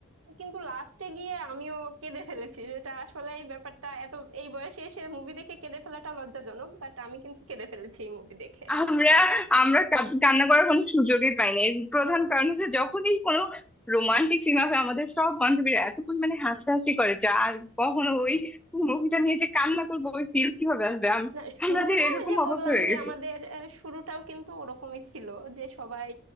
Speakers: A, on the right (about 80°); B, in the centre.
A: কিন্তু লাস্টে গিয়ে আমিও কেঁদে ফেলেছি যেটা আসলে এই ব্যাপারটা এত এই বয়সে এসে মুভি দেখে কেঁদে ফেলাটা লজ্জাজনক বাট আমি কিন্তু কেঁদে ফেলেছি এই মুভি দেখে
B: আমরা আমরা কা- কান্না করার কোনো সুযোগই পাই না এর প্রধান কারণ হচ্ছে যখনই কোনো রোমান্টিক সিন হবে আমাদের সব বান্ধবীরা এত পরিমাণে হাসাহাসি করে যা আর কখনো ওই মুভিটা নিয়ে যে কান্না করবো ওই ফিল কিভাবে আসবে আম-
A: না
B: আমাদের
A: শুরুটা
B: এরকম
A: ওই যে
B: অবস্থা
A: বললাম
B: হয়ে
A: যে
B: গেছে
A: আমাদের আহ, শুরুটাও কিন্তু ওরকমই ছিল যে সবাই